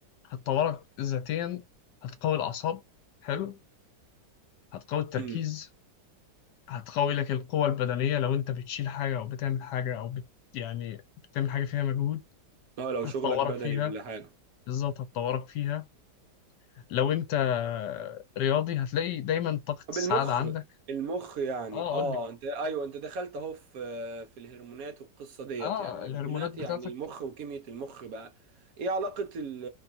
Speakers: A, on the left; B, on the right.
A: هتطورك ذاتيا هتقوي الأعصاب حلو هتقوي التركيز
B: امم
A: هتقوي لك القوة البدنية لو أنت بتشيل حاجة أو بتعمل حاجة أو بت... يعني بتعمل حاجة فيها مجهود
B: اه لو
A: هتطورك
B: شغلك بدني
A: فيها
B: ولا حاجة
A: بالظبط هتطورك فيها لو انت رياضي هتلاقي دايما طاقة
B: طب
A: السعادة
B: المخ
A: عندك
B: المخ يعني
A: اه
B: اه
A: قول لي
B: انت ايوه انت دخلت اهو في في الهرمونات والقصه ديت
A: اه
B: يعني الهرمونات
A: الهرمونات بتاعتك
B: يعني المخ وكيمياء المخ بقى ايه علاقه ال-